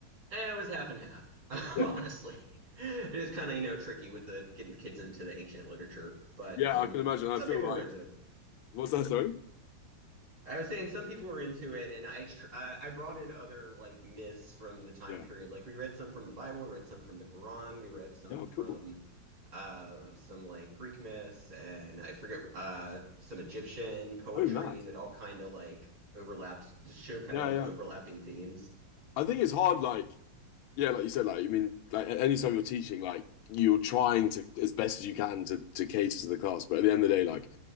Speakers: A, on the right; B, on the left.
A: Eh, It was half and half, <laughs>
B: Yeah.
A: honestly. It is kind of, you know, tricky with the getting the kids into the ancient literature, but
B: Yeah,
A: um,
B: I can imagine. I
A: some
B: feel
A: people
B: like
A: were into it.
B: what's that, sorry?
A: I was saying some people were into it, and I tr uh, I brought in other like myths from the time
B: Yeah.
A: period. Like we read some from the Bible, we read some from the Quran, we read some
B: Yeah,
A: from
B: cool.
A: uh some like Greek myths, and I forget uh some Egyptian poetry
B: Oh mad.
A: that all kind of like overlapped to show kind
B: Yeah,
A: of like
B: yeah.
A: the overlapping themes.
B: I think it's hard like Yeah, like you said, like I mean, like at any time you're teaching, like you're trying to as best as you can to to cater to the class, but at the end of the day, like